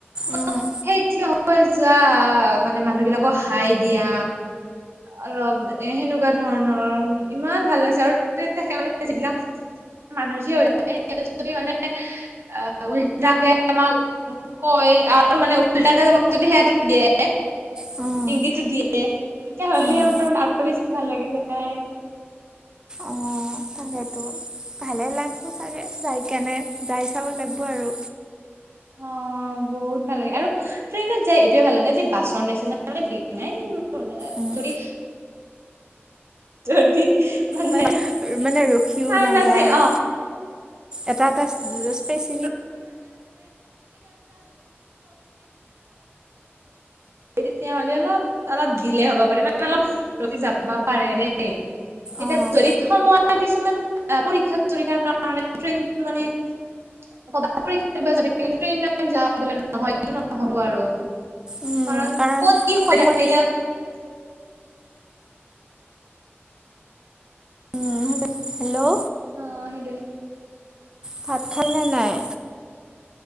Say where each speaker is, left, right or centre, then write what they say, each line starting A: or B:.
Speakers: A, on the right (about 70°); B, on the right (about 20°).
A: অ
B: উম,
A: সেই থিয়। যোৱা মানে মানুহ বিলাকক হাই দিয়া অলপ মানে সেনেকুৱা ধৰণৰ ইমান ভাল লাগিছে আৰু তে সেইবিলাক, যিবিলাক মানুহ থিয় হৈ সিহঁতে যদি মানে, অ 'উল্টাকে আমাক কয় আৰু মানে উল্টাকে যদি সেয়াটো দিয়ে
B: উম,
A: ইংগিতটো দিয়ে তেতিয়াহলে
B: উম,
A: আমাৰ বেছি ভাল লাগি যায়।
B: অ', তাকেতো ভালে লাগব চাগে যাই কেণে যাই চাবা লাগব আৰু।
A: অ', বহুত ভাল লাগে আৰু ট্ৰেইনত যাই এইটোয়ে ভাল লাগে যে বাছৰ নিচিনা ভিৰ নাই,
B: উম,
A: যদি, যদি, মানে
B: মন -মানে ৰখিও
A: টাইম
B: নাযায়
A: আছে অ'
B: এটা <unintelligible>
A: <unintelligible> তেতিয়াহলে অলপ -অলপ দিলে হ'ব পাৰে মানে অলপ ৰৈ যাব পাৰে দেই এতিয়া
B: অঁ
A: যদি সময় কিছুমান পৰীক্ষা- চৰিক্ষাৰ কাৰণে ট্ৰেইন মানে, <unintelligible> কাৰণ ক'ত কি হৈ
B: উম, কাৰণ
A: থাকে
B: সময়
A: এতিয়া,
B: উম, হেল্ল' অ
A: অ, সেইটোৱে
B: ভাত খালে নে নাই?